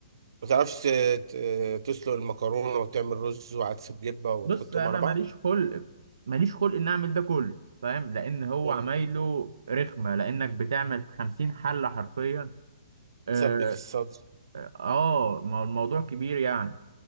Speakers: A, on the right; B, on the right.
A: ما بتعرفش ت- تسلق المكرونه وتعمل رز وعدس بجبه وتحطهم
B: بص انا
A: على بعض
B: ماليش خلق ماليش خلق ان اعمل ده كله فاهم لان هو
A: مم.
B: عمايله رخمه لانك بتعمل 50 حله حرفيا اه
A: تسبك الصدر
B: آه، ما هو الموضوع كبير يعني